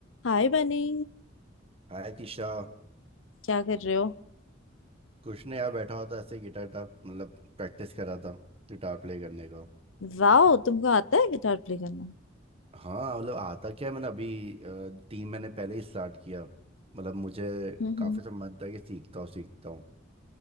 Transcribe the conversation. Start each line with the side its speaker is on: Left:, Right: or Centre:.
Left: हाय बनी
Right: हाय दिशा
Left: क्या कर रहे हो
Right: कुछ नहीं यार बैठा होता ऐसे गिटार टाप मतलब प्रैक्टिस कर रहा था गिटार प्ले करने का
Left: वाओ तुमको आता है गिटार प्ले करना
Right: हाँ मतलब आता क्या है मैंने अभी अ, तीन महीने पहले ही स्टार्ट किया मतलब मुझे
Left: हम्म
Right: काफ़ी
Left: हम्म
Right: समय था कि सीखता हूँ सीखता हूँ